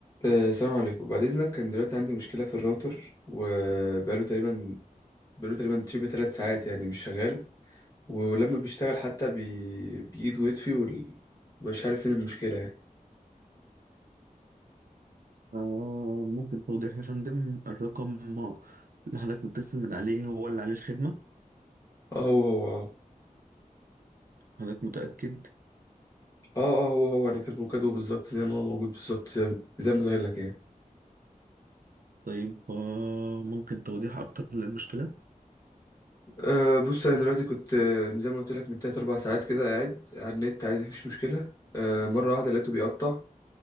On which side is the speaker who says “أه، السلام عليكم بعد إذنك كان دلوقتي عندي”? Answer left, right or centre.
Left